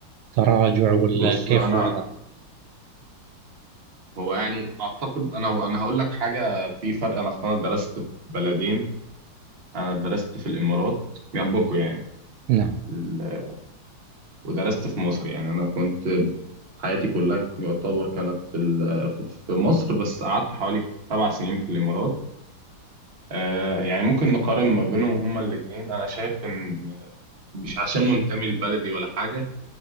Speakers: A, on the right (about 80°); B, on the right (about 35°).
A: تراجع ولا
B: بص
A: كيف
B: انا
A: وضع؟
B: هو يعني اعتقد انا انا هقول لك حاجه في فرق انا اصلا درست في بلدين انا درست في الامارات جنبكم يعني
A: نعم
B: ال- ودرست في مصر يعني انا كنت حياتي كلها يعتبر كانت في ال- في في مصر بس قعدت حوالي سبع سنين في الامارات آه، يعني ممكن نقارن ما بينهم هما الاثنين انا شايف ان مش عشان منتمي لبلدي ولا حاجه